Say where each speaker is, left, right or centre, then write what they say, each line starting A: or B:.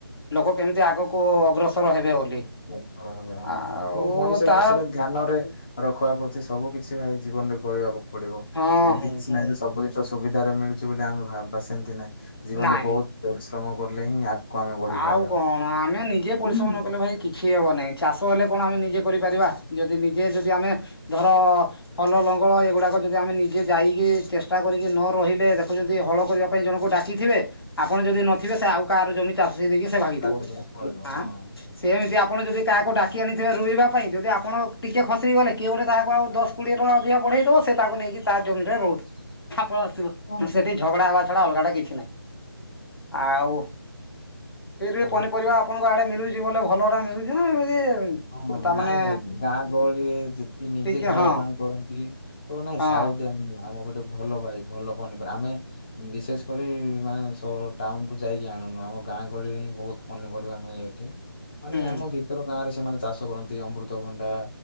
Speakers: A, on the left (about 70°); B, on the left (about 25°).
A: ଲୋକ କେମିତି ଆଗକୁ ଅଗ୍ରସର ହେବେ ବୋଲି?
B: ହ
A: ଆଉ
B: ମଣିଷକୁ
A: ତା
B: ସେଇଟା ଧ୍ୟାନରେ। ରଖିବାକୁ ଅଛି ସବୁ କିଛି ଭାଇ ଜୀବନ ରେ କରିବାହକୁ ପଡିବ।
A: ହଁ
B: ଏମିତି
A: ହୁଁ
B: କିଛି
A: ହୁଁ
B: ନାହିଁ ସବୁ ଜିନିଷ ସୁବିଧାରେ ମିଳୁଛି ବୋଲି ଆମେ ଭାବିବା ସେମିତି ନାଇଁ। ଜୀବନରେ
A: ନାଇଁ
B: ବହୁତ ପରିଶ୍ରମ କଲେ ହିଁ- ଆମେ ବଢି ପାରିବା।
A: ଆଉ କଣ ଆମେ ନିଜେ ପରିଶ୍ରମ
B: ହଁ
A: ନ କଲେ ଭାଇ କିଛି- ହେବ ନାହିଁ? ଚାଷ ହେଲେ କଣ ଆମେ ନିଜେ କରିପାରିବା? ଯଦି ନିଜେ ଯଦି ଆମେ ଧର ହଲ ଲଙ୍ଗଳ ଏଗୁଡ଼ାକ ଯଦି ଆମେ ନିଜେ ଯାଇକି ଚେଷ୍ଟା କରିକି ନ ରହିଲେ ଦେଖୁ ଯଦି ହଳ କରିବା- ପାଇଁ ଜଣ ଡାକିଥିବେ। ଆପଣ ଯଦି ନଥିବେ ସେ ଆଉ କାହାର ଜମି ଚାଷୀ ଦେଇକି ସେ ଭାଗିଥିବ
B: ଚାଷ କରି ପଳେଇବ ହଁ।
A: ଆଁ। ସେମିତି ଆପଣ ଯଦି କାହାକୁ ଡାକି ଆଣିଥିବେ ରୋଇବା ପାଇଁ, ଯଦି ଆପଣ ଟିକେ ଖସ ଗଲେ କିଏ ଗୋଟେ କହାକୁ ଆଉ ଦଶ କୋଡ଼ିଏ ଟଙ୍କା ଅଧିକା ବଢ଼େଇଥିବ ତାକୁ ନେଇକି ତା ଜମିରେ ରୋଉ।
B: <unintelligible>
A: ଆପଣ ଆସିବ
B: ହଁ
A: ସେଠି
B: ହଁ
A: ଝଗଡା ହେବା ଛଡା ଅଲଗା ଟା କିଛି ନାହିଁ। ଆଉ ଫ ପନିପରିବା
B: ଭାଇ
A: ଆପଣଙ୍କ ଆଡେ ମିଳୁଛି ବୋଲେ ଭଲଡେ ମିଳୁଛି ନା ଏମିତି।
B: ହଁ,
A: ତାମାନେ
B: ନାଇଁ ଭାଇ ଗାଁ ଗହଳିରେ ଯେତିକି ନିଜେ
A: ଟିକେ
B: ଖାଇବା
A: ହଁ
B: ପାଇଁ କରନ୍ତି। ତ ନାଇଁ
A: ହଁ
B: ସାର ଦିହଁ ଆମର ଗୋଟେ ଭଲ ଭାଇ ଭଲ ପନିପରିବା ଆମେ ବିଶେଷ କରି ମାନେ ସ ଟାଉନକୁୁ ଯାଇକି ଆଣୁନୁ ଆମ ଗାଁ ଗହଳିରେ ହିଁ ବହୁତ ପନିପରିବା ମିଳେ ଏଠି। ମାନେ
A: ହୁଁ
B: ଆମ ଭିତର ଗାଁ ରେ ସେମାନେ ଚାଷ କରନ୍ତି ଅମୃତଭଣ୍ଡା